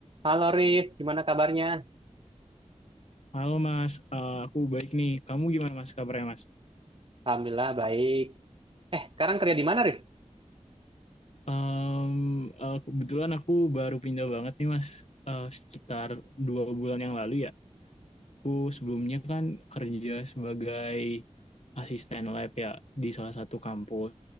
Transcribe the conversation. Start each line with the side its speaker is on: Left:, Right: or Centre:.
Right: Halo Rif, gimana kabarnya?
Left: Halo Mas, Eh, aku baik nih. Kamu gimana Mas kabarnya Mas?
Right: Alhamdulillah baik. Eh, sekarang kerja di mana Rif?
Left: Em, eh, kebetulan aku baru pindah banget nih Mas, Eh, sekitar dua bulan yang lalu ya. Aku sebelumnya kan kerja sebagai asisten lab ya di salah satu kampus.